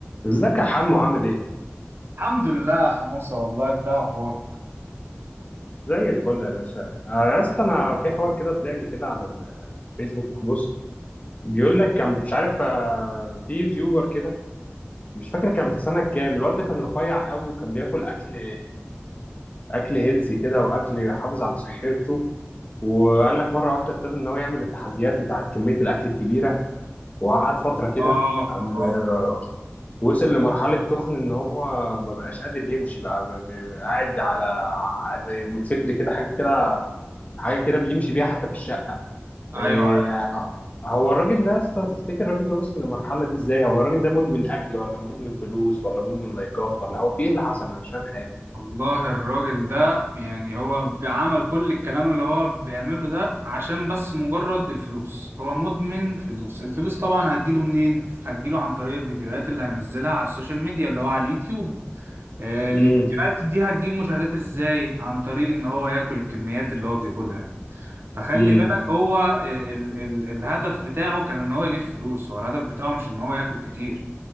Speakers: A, on the left; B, on the right.
A: ازيك يا حمو عامل ايه؟
B: الحمد لله حموسة والله انت اخبارك
A: زي الفل يا باشا آه، يا اسطى انا في حوار كده طلع لي كده على الفيسبوك بوست بيقول لك كان مش عارف آه، في يوتيوبر كده مش فاكر كان في سنة كام الواد ده كان رفيع قوي وكان بياكل اكل اكل هيلسي كده واكل يحافظ على صحته وقال لك مرة واحدة ابتدى ان هو يعمل التحديات بتاعت كمية الاكل الكبيرة وقعد فترة كده
B: آه
A: قام
B: آه
A: آه، وصل لمرحلة تخن إن هو ما بقاش قادر يمشي بقى ب- ب- قاعد على زي موتوسيكل كده حاجة كده حاجه كده بيمشي بيها حتى في الشقه
B: أيوة
A: إيه
B: عارف
A: هو الراجل ده يا اسطى تفتكر الراجل ده وصل للمرحله دي ازاي هو الراجل ده مدمن اكل ولا مدمن فلوس ولا مدمن لايكات ولا هو في ايه اللي حصل انا مش فاهم حاجه
B: والله الراجل ده يعني هو عمل كل الكلام اللي هو بيعمله ده عشان بس مجرد الفلوس هو مدمن فلوس الفلوس طبعا هتجيله منين؟ هتجيله عن طريق الفيديوهات اللي هينزلها على السوشيال ميديا اللي هو على اليوتيوب آه، الفيديوهات
A: امم
B: دي هتجيب مشاهدات ازاي؟ عن طريق إن هو ياكل الكميات اللي هو بياكلها دي فخلي
A: امم
B: بالك هو ال ال الهدف بتاعه كان إن هو يجيب فلوس هو الهدف بتاعه مش إن هو ياكل كتير